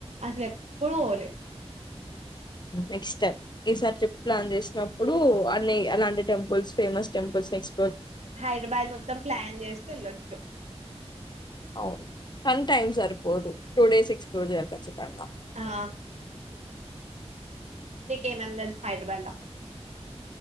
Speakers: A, on the right; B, on the left.
A: అసల పోవాలే
B: నెక్స్ట్ టైమ్ ఈసారి ట్రిప్ ప్లాన్ చేసినప్పుడు అన్ని అలాంటి temples famous temples next
A: Hyderabad మొత్తం ప్లాన్ చేస్తే వెళ్ళొచ్చు
B: అవ్ వన్ టైమ్ సరిపోదు టూ డేస్ ఎక్సర్సైజ్ చేయాలి కచ్చితంగా
A: ఆ నిక్ ఏమేం ఏమేం తెలుసు హైదరాబాద్ లొ